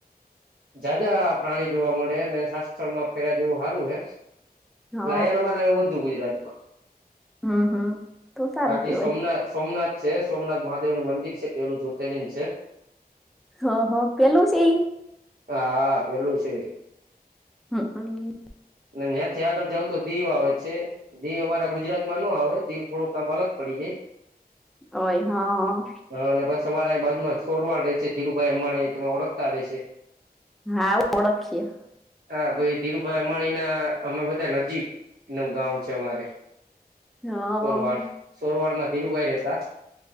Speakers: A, on the right; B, in the centre.
A: જાજા પ્રાણી જોવા મળે, ને શસ્માં ફેર જેવું સારું હે.
B: હ
A: લાયન અમારા એવુ બધુ ગુજરાતમાં.
B: હમ હમ તો સારું
A: બાકી
B: કેવાય
A: સોમનાથ, સોમનાથ છે. સોમનાથ મહાદેવનું મંદિર છે, પેલું જ્યોતિર્લિંગ છે.
B: હ હ, પેલું છે ઈ
A: હા, પેલું છે.
B: હમ હમ.
A: ત્યાંથી આગળ જાવ તો દીવ આવે છે. દીવ અમારા ગુજરાતમાં ન આવે, દીવ થોડુંક કામ અલગ પડી જાય.
B: ઓય હા.
A: હા, અને બસ અમારે બાજુમાં સોરવાળ રહેે છે. ધીરુભાઈ અંબાણી તમે ઓળખતા રેશે?
B: હા, ઓળખીએ.
A: હા ભાઈ ધીરુભાઈ અંબાણી ના અમે બધા નજીક નું ગં છે અમારે
B: હ હ
A: સોરવાડ સોરવાડ માં ધીરુભાઈ રહેતા